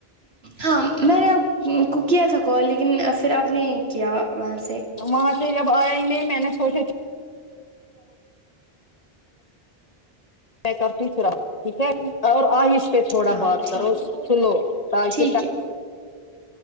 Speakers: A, on the right; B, on the left.
A: ہاں میں نے کو کیا تھا کال لیکن لیکن پھر آپ نے کیا وہاں سے
B: وہاں سے جب آیایں نہیں میں نے سوچا تھ میں کرتی ہو پھرا اپ کو ٹھیک ہے اور آہش پہ تھوڑا
A: ہاں
B: بہت کرو
A: ٹھیک ہے
B: سلو تاک
A: ٹھیک ہے